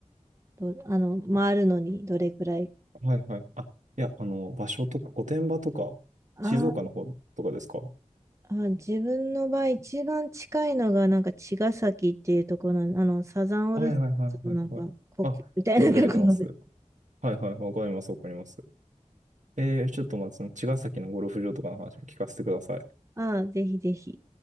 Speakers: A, on the right; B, on the right.
A: どあの、回るのにどれくらい、
B: はいはい。あ、いや、あの、場所とか、御殿場とか、
A: あ
B: 静岡の方とかですか
A: あ、自分の場合、一番近いのが、なんか、茅ヶ崎っていうところなのあの、サザンオールスターズのなんか、
B: はいはいはいはいはい。
A: 故郷みたいなところで。
B: あ、存じ上げてます。はいはい、わかりますわかります。えー、ちょっとまあ、その茅ヶ崎のゴルフ場とかの話も聞かせてください。
A: <laughs> ああ、ぜひぜひ。